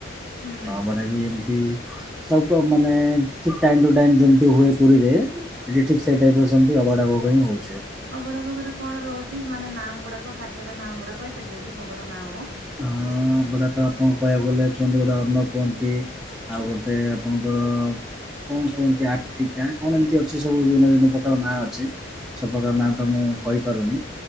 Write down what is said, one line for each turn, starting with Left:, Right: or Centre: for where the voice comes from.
Right: ହୁଁ ହୁଁ
Centre: ବଡ଼ ବି ଏମିତି ସବୁ ମାନେ ଠିକ୍ ଟାଇମ୍ ଟୁ ଟାଇମ୍ ଯେମିତି ହୁଏ ପୁରୀରେ ଏଠି ଠିକ୍ ସେଇ ଟାଇପ୍ରୁ ସେମିତି ଅବାଢା ଭୋଗ ହିଁ ହଉଛି।
Right: ଅବଡ ଭୋଗରେ କଣ ରହୁଛି ମାନେ ନାମ ଗୁଡାକ ଖାଦ୍ୟର ନାାମ ଗୁଡାକ କହିପାରିବେ କି ଭୋଗର ନାଁ ଗୁଡା?
Centre: ହଁ ବଡ଼ା ତ ଆପଣଙ୍କୁ କହିବାକୁ ଗଲେ କୁହନ୍ତି ଗୋଟେ ଅର୍ଣ କୁହନ୍ତି ଆଉ ଗୋଟେ ଆପଣଙ୍କର କଣ କୁ ସବୁ ପ୍ରକାର
Right: ଆଜ୍ଞା
Centre: ନା ମୁଁ ତମକୁ କହିପାରୁନି।